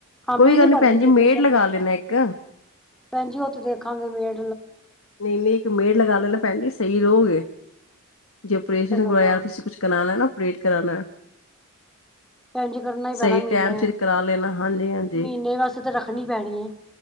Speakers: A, in the centre; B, on the left (about 65°).
A: ਹਾਂਮੀ
B: ਕੋਈ ਗੱਲ
A: ਨੀ ਭਰਦੀ
B: ਭੈਣ
A: ਪੀ
B: ਜੀ ਮੇਡ
A: ਔਪਰੇਸ਼ਨ
B: ਲਗਾ
A: ਤੇ,
B: ਲੈਣਾ ਇੱਕ।
A: ਭੈਣ ਜੀ ਔ ਤੇ ਦੇਖਾਂਗੇ ਫੇਰ
B: ਨਈ-ਨਈ ਇੱਕ ਮੇਡ ਲਗਾ ਲੈਣਾ ਪੈਣ ਜੀ ਸਈ ਰੋਗੇ। ਜੇ ਔਪਰੇਸ਼ਨ
A: ਕੁਛ ਤੇ
B: ਕਰਵਾਇਆ
A: ਕਰਨਾ
B: ਤੁਸੀ ਕੁਛ ਕਰਾਨੈ ਨਾ ਔਪਰੇਟ ਕਰਾਨੈ
A: ਭੈਣ ਜੀ ਕਰਨਾ ਹੀ ਪੈਣਾ
B: ਸਈ
A: ਮਹੀਨੇ
B: ਟੈਮ ਸਿਰ ਕਰਾ ਲੈਣਾ, ਹਾਂਜੀ-ਹਾਂਜੀ।
A: ਮਹੀਨੇ ਵਾਸਤੇ ਤਾਂ ਰੱਖਣੀ ਪੈਣੀ ਹੈ।